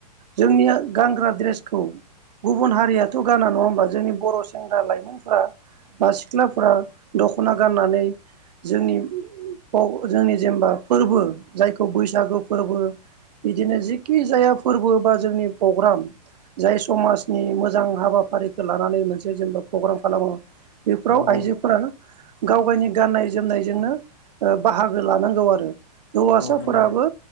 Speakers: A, on the right; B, on the left.
A: जोंनिया गानग्रा ड्रेसखौ गुबुन हारियाथ' गाना नङा होमबा जोंनि बर' सेंग्रा लाइमोनफोरा सिख्लाफोरा दख'ना गाननानै जोंनि बाव जोंनि जेनेबा फोरबो जायखौ बैसागु फोरबो बिदिनो जिखि जाया फोरबो बा जोंनि फग्राम जाय समाजनि मोजां हाबाफारिखो लानानै मोनसे जेनेबा फग्राम खालामो बेफोराव
B: नंगौ
A: आइजोफोरा गावगायनि गाननाय जोमनायजोंनो बाहागो लानांगौ आरो। हौवासाफोराबो
B: औ नंगौ